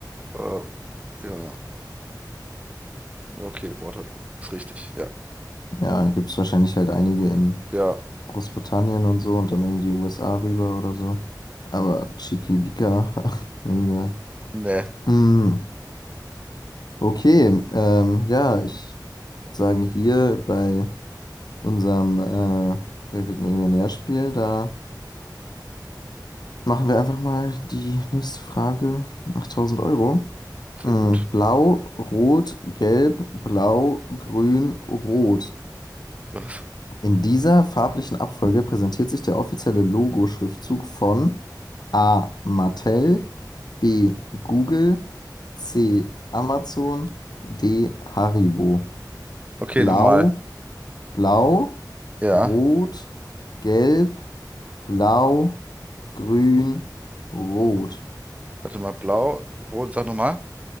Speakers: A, on the right; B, on the left.
A: Äh, ja, okay, Waterloo. Ist richtig, ja.
B: Ja, gibt es wahrscheinlich halt einige in
A: Ja,
B: Großbritannien und so und dann in die USA rüber oder so. Aber Chiquibika, <laughs> nie gehört.
A: Nee,
B: Mm, okay, ähm, ja, ich würd sagen hier bei unserem äh, Wer wird Millionär-Spiel, da machen wir einfach mal die nächste Frage, 8000 Euro.
A: sehr
B: Mm,
A: gut.
B: Blau, Rot, Gelb, Blau, Grün, Rot.
A: Was?
B: In dieser farblichen Abfolge präsentiert sich der offizielle Logo-Schriftzug von A. Mattel, B. Google, C. Amazon, D. Haribo.
A: Okay,
B: Blau,
A: nochmal.
B: Blau,
A: Ja,
B: Rot, Gelb, Blau, Grün, Rot.
A: warte mal, blau, rot, sag nochmal.